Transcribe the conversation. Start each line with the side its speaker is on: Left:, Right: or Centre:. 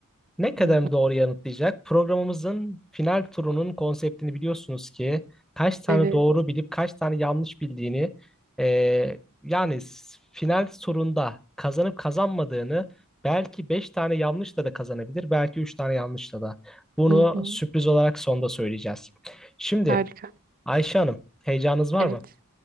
Centre: ne kadarını
Right: Hı hı.
Centre: doğru yanıtlayacak? Programımızın final turunun konseptini biliyorsunuz ki kaç tane
Right: Evet.
Centre: doğru bilip kaç tane yanlış bildiğini eee, yani s- final turunda kazanıp kazanmadığını belki 5 tane yanlışla da kazanabilir belki 3 tane yanlışla da. Bunu
Right: Hı hı.
Centre: sürpriz olarak sonda söyleyeceğiz. Şimdi
Right: Harika.
Centre: Ayşe Hanım heyecanınız var
Right: Evet.
Centre: mı?